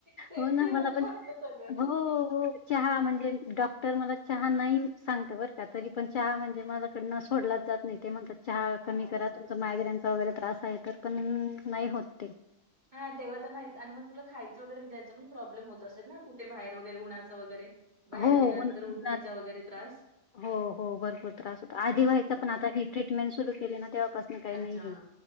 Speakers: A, on the right (about 35°); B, on the left (about 70°).
A: सेम
B: हो ना
A: सेमच
B: मला पण,
A: वाटलं सगळंच.
B: हो हो. चहा म्हणजे, डॉक्टर मला चहा नाही सांगत बरं का तरी पण चहा म्हणजे माझ्याकडनं सोडलाच जात नाही, ते म्हणतात चहा कमी
A: हां.
B: करा तुमचा मायग्रेन वगैरे त्रास आहे, तर पण नाही होत ते.
A: हा तेव्हा तर नाहीच, आणि मग तुला खायचं वगैरे पण म्हणजे याचा पण प्रॉब्लेम होत असेल ना, कुठे बाहेर वैगरे उन्हाचं वगैरे? बाहेर
B: हो
A: गेल्यानंतर
B: उन्हात,
A: उलटीचा वगैरे त्रास?
B: हो हो भरपूर त्रास होता आधी व्हायचा
A: हं.
B: पण आता ट्रीटमेंट सुरू केली ना तेव्हापासून काही
A: अच्छा.
B: नाहीय.